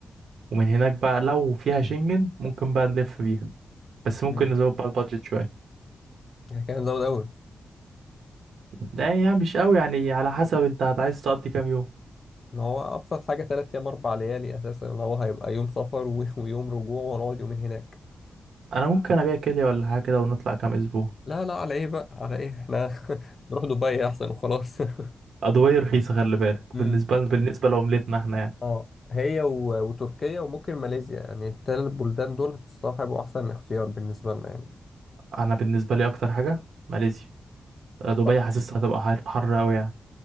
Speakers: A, on the right; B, on the left.
A: ومن هناك بقى لو فيها شنجن ممكن بقى نلف بيها بس ممكن
B: امم
A: نزود بقى البادجت شوية
B: كان زود قوي
A: ده يعني مش قوي يعني على حسب انت هت- عايز تقضي كام يوم
B: ان هو ابسط حاجه 3 ايام 4 ليالي اساسا ان هو هيبقى يوم سفر و- ويوم رجوع ونقعد يومين هناك
A: انا ممكن ابيع كلية ولا حاجة كده ونطلع كام اسبوع
B: لا لا على ايه بقى على ايه احنا <laughs> نروح دبي احسن وخلاص <laughs>
A: ادوية رخيصة خلي بالك
B: امم
A: بالنسبة بالنسبة لعملتنا احنا يعني
B: اه هي و... وتركيا وممكن ماليزيا يعني التلات بلدان دول الصراحة هيبقوا أحسن اختيار بالنسبة لنا يعني
A: انا بالنسبة لي اكتر حاجة ماليزيا دبي
B: طب
A: حاسسها هتبقى حر حر قوي يعني